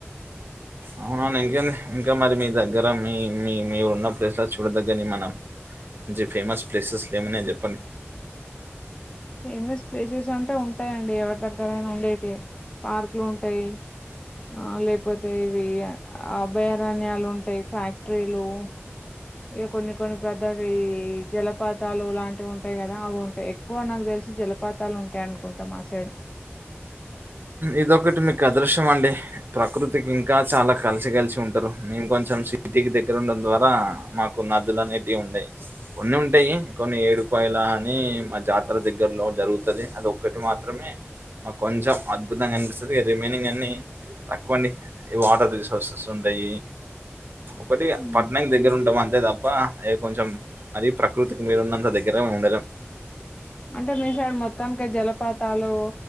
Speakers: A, on the right (about 50°); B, on the left (about 25°).
A: అవున అవును ఇంకేంది ఇంకా మరి మీ దగ్గర మీ మీ మీరున్న ప్లేస్ల చూడదగ్గని మనం మంచిగ ఫేమస్ ప్లేసెస్ ఏమున్నయి చెప్పండి.
B: ఫేమస్ ప్లేసెస్ అంటే ఉంటయండి ఎవరి దగ్గరైనా ఉండేటియే పార్కులుంటయి ఆ లేక్పోతే ఇవి అభయారణ్యాలు ఉంటయి ఫ్యాక్టరీలు ఇగ కొన్ని కొన్ని ప్రదరీ జలపాతాలు లాంటివ్ ఉంటయి గదా అవుంటయి. ఎక్కువ నాక్ తెల్ జలపాతాలుంటయి అనుకుంట మా సైడ్
A: ఇదొకటి మీక్ అదృశ్యం మండి ప్రకృతికి ఇంకా చాలా కల్సి కల్సి ఉంటరు. మేం కొంచం సిటీకి దగ్గర ఉండం ద్వారా మాకు నదులు అనేటియి ఉండయి కొన్ని ఉన్ టయి కొన్ని ఏడుపాయల అని మా జాతర దగ్గర్లో జరుగుతది అది ఒక్కటె మాత్రమే మాక్ కొంచం అద్భుతంగా అనిపిస్తది రిమైనింగ్ అన్నీ తక్కువండి వాటర్ ఈ రిసోర్సెస్ ఉండయి. కొద్దిగ
B: హ్మ్.
A: పట్నంకి దగ్గరుంటం అం తే తప్ప ఇగ కొంచెం మరి ప్రకృతికి మీరున్నంత దగ్గర మేం ఉండలేం.
B: అంటే మీ సైడ్ మొత్తానికే జలపాతాలు